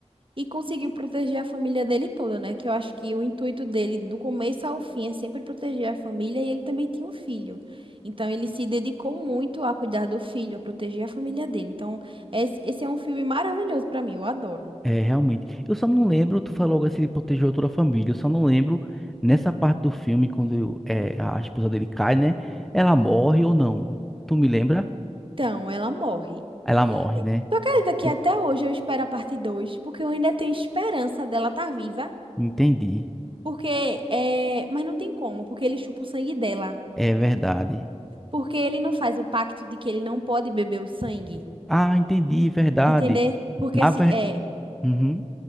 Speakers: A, on the right; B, in the centre.
A: E conseguiu proteger a família dele toda, né? Que eu acho que o intuito dele, do começo ao fim, é sempre proteger a família e ele também tinha um filho. Então ele se dedicou muito a cuidar do filho, a proteger a família dele. Então, esse, esse é um filme maravilhoso pra mim, eu adoro.
B: É, realmente. Eu só não lembro, tu falou logo assim, ele protegeu toda a família. Eu só não lembro nessa parte do filme, quando é, a esposa dele cai, né? Ela morre ou não? Tu me lembra?
A: Então, ela morre.
B: Ela morre,
A: E-
B: né?
A: Tu acredita que
B: E-
A: até hoje eu espero a parte 2, porque eu ainda tenho esperança dela estar viva?
B: Entendi.
A: Porque é. Mas não tem como, porque ele chupa o sangue dela.
B: É verdade.
A: Porque ele não faz o pacto de que ele não pode beber o sangue.
B: Ah, entendi, verdade.
A: Entender? Porque
B: Na
A: se.
B: ver...
A: É,
B: Uhum.